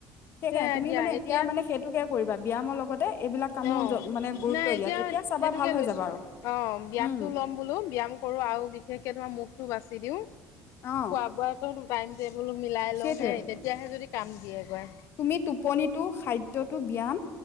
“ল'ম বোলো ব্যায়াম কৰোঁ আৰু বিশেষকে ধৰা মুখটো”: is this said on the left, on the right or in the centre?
Left